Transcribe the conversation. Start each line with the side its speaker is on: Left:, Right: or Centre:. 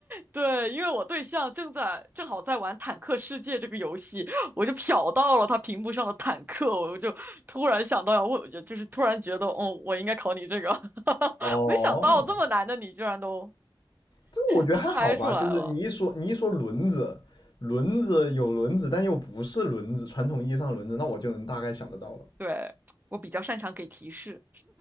Right: 对，因为我对象正在正好在玩《坦克世界》这个游戏，我就瞟到了他屏幕上的坦克，我就突然想到我问，就是突然觉得，哦，我应该考你这个，<laughs>
Left: 哦，
Right: 没想到这么难的你居然都
Left: 这我觉得还好吧，
Right: 都猜出来了。
Left: 就是你一说你一说轮子，轮子有轮子，但又不是轮子，传统意义上的轮子，那我就能大概想得到了。
Right: 对，我比较擅长给提示，